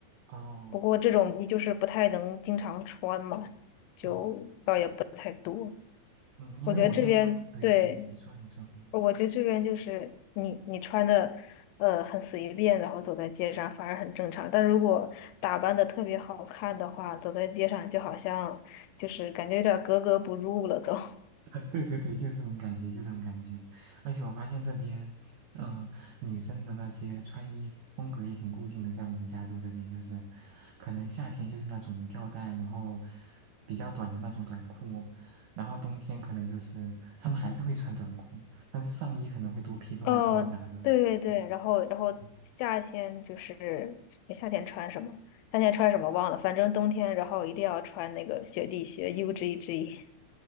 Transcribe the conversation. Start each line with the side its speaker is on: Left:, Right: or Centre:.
Right: 哦
Left: 不过这种你就是不太能经常穿嘛，就倒也不太多。
Right: 哦，嗯，因为我见过，
Left: 我觉得这边对，
Right: 对，嗯，你说你说，嗯，
Left: 我觉得这边就是你你穿的呃很随便，然后走在街上反而很正常。但如果打扮的特别好看的话，走在街上就好像就是感觉有点儿格格不入了都。
Right: <laughs> 对对对，就这种感觉，就这种感觉。而且我发现这边，嗯、女生的那些穿衣风格也挺固定的，在我们加州这边，就是可能夏天就是那种吊带，然后比较短的那种短裤，然后冬天可能就是她们还是会穿短裤，但是上衣可能会多披个外套啥的。
Left: <laughs> 哦，对对对，
Right: 嗯
Left: 然后然后夏天就是夏天穿什么？
Right: 嗯
Left: 夏天穿什么忘了，反正冬天然后一定要穿那个雪地靴 UGG。